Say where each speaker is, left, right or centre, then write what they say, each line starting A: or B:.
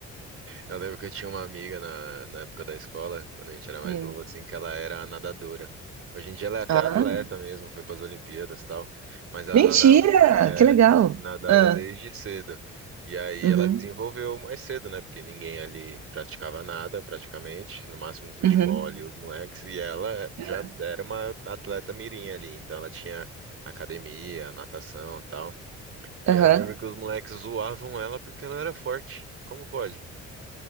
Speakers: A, on the right; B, on the right.
A: Eu lembro que eu tinha uma amiga na, na época da escola, quando a gente era mais
B: Hum.
A: novo, assim, que ela era nadadora. Hoje em dia ela é até
B: Ah,
A: atleta mesmo, foi para as Olimpíadas e tal, mas ela
B: mentira!
A: nadava, é,
B: Que legal!
A: nadava
B: Ah,
A: desde cedo. E aí
B: uhum,
A: ela desenvolveu mais cedo, né? Porque ninguém ali praticava nada, praticamente, no máximo um futebol
B: uhum,
A: ali, os moleques, e ela
B: uhum,
A: já era uma atleta mirim ali, então ela tinha academia, natação e tal. E
B: aham.
A: aí eu lembro que os moleques zoavam ela porque ela era forte. Como pode?